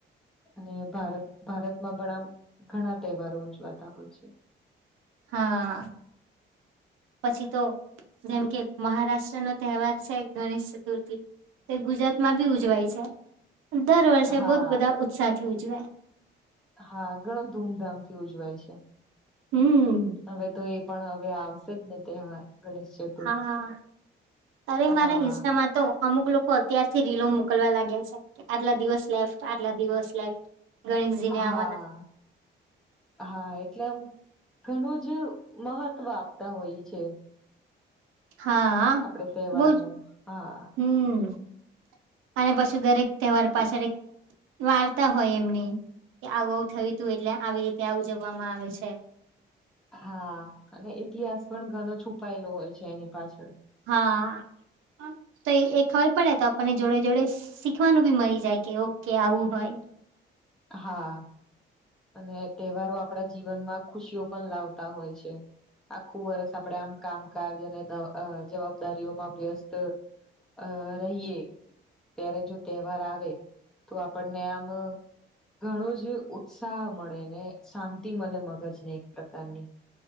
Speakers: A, in the centre; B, on the right (about 85°).
A: અને ભારત ભારતમાં પણ આમ ઘણા તેહવારો ઉજવાતા હોય છે.
B: હા, પછી તો જેમ કે મહારાષ્ટ્ર નો તેહવાર છે ગણેશ ચતુર્થી. તે ગુજરાત માં ભી ઉજવાય છે. દર વર્ષે
A: હા
B: બૂજ બધા ઉત્સાહ થી ઉજવે.
A: હા ઘણો ધૂમધામ થી ઉજવાય છે.
B: હમ્મ.
A: હવે તો એ પણ હવે આવશે જ ને તેહવાર ગણેશ ચ
B: હા અરે મારા
A: હા
B: ઇન્સ્ટામાં તો અમુક લોકો અત્યારથી રીલો મોકલવા લાગ્યા છે કે આટલા દિવસ લેફ્ટ, આટલા દિવસ લેફ્ટ. ગણેશજી ને
A: હા,
B: આવવાના
A: હા એટલે આમ ઘણું જ મહત્વ આપતા હોઈ છે.
B: હા,
A: આપડે તહેવારનું
B: બૂજ
A: હા
B: હમ્મ. અને પાછું દરેક તેહવાર પાછળ એક વાર્તા હોય એમની, કે આવું આવું થયુ તું એટલે આવી રીતે આ ઉજવામાં આવે છે.
A: હા અને ઇતિહાસ પણ ઘણો છુપાયેલો હોય છે એની પાછળ.
B: હા. તો એ એ ખબર પડે તો આપણને જોડે જોડે શીખવાનું બી મરી જાય કે ઓ કે આવું હોય.
A: હા. અને તેહવારો આપણા જીવનમાં ખુશીઓ પણ લાવતા હોય છે. આખું વર્ષ આપડે આમ કામકાજ અને દ અ જવાબદારીઓમાં વ્યસ્ત અ રહીએ ત્યારે જો તેહવાર આવે તો આપણને આમ, ઘણું જ ઉ ઉત્સાહ મળે ને શાંતિ મલે મગજને એક પ્રકારની.